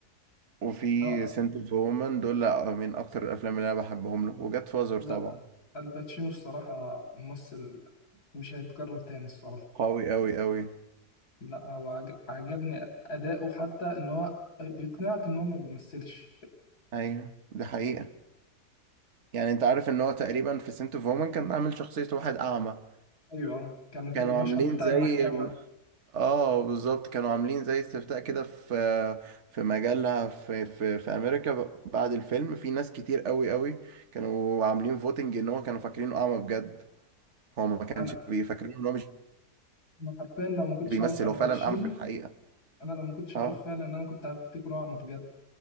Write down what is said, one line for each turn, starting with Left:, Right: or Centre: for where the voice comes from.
Right: وفي
Left: اه
Right: سنت اوف وومن دول من اكتر الافلام اللي انا بحبهم له وجاد فازر
Left: لا
Right: طبعا
Left: الباتشينو الصراحة ممثل مش هيتكرر تاني الصراحة
Right: قوي قوي قوي
Left: لا هو عج- عجبني أداؤه حتى إن هو بيقنعك إن هو ما بيمثلش
Right: ايوه دي حقيقة يعني انت عارف ان هو تقريبا في سنت اوف وومن كان عامل شخصية واحد اعمى
Left: أيوه آه. كانت
Right: كانوا
Left: المشهد
Right: عاملين
Left: بتاع
Right: زي
Left: المحكمة
Right: اه بالظبط كانوا عاملين زي استفتاء كده في في مجلة في في في امريكا ب- بعد الفيلم في ناس كتير قوي قوي كانوا عاملين فوتنج ان هو كانوا فاكرينه اعمى بجد هو ما كانش
Left: أنا
Right: بيفكرين ان هو مش
Left: أنا حرفيا لو ما كنتش
Right: بيمثل
Left: أعرف الباتشينو
Right: هو فعلا اعمى في الحقيقة
Left: انا لو ما كنتش
Right: اه
Left: اعرفه فعلا ان انا كنت هفتكره اعمى بجد